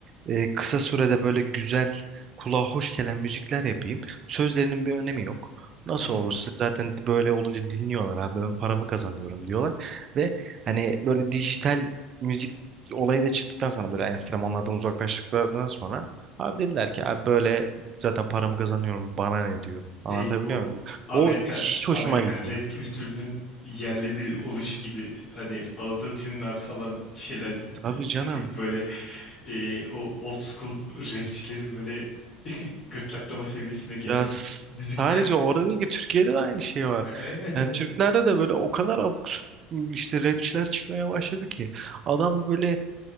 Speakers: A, on the right; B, on the left.
A: e, kısa sürede böyle güzel, kulağa hoş gelen müzikler yapayım. Sözlerinin bir önemi yok. Nasıl
B: Hı.
A: olursa zaten böyle olunca dinliyorlar abi ben paramı kazanıyorum diyorlar. Ve hani böyle dijital müzik olayı da çıktıktan sonra böyle enstrümanlardan uzaklaştıktan sonra abi dediler ki abi böyle zaten paramı kazanıyorum bana ne diyor. Anlatabiliyor
B: Şey bu
A: muyum?
B: Amerikan
A: O hiç hoşuma
B: Amerikan
A: gitmiyor.
B: rap kültürünün yerli bir oluşu gibi hani autotune'lar falan bir şeyler
A: Tabii
B: e,
A: canım.
B: çıkıp böyle e, o old school rapçilerin böyle <laughs> gırtlaklama seviyesine geldiği
A: Ya s-
B: müzik.
A: sadece
B: <laughs>
A: orada değil ki Türkiye'de de aynı şey var.
B: Evet evet
A: Yani
B: evet.
A: Türklerde de böyle o kadar abuk subuk işte rapçiler çıkmaya başladı ki adam böyle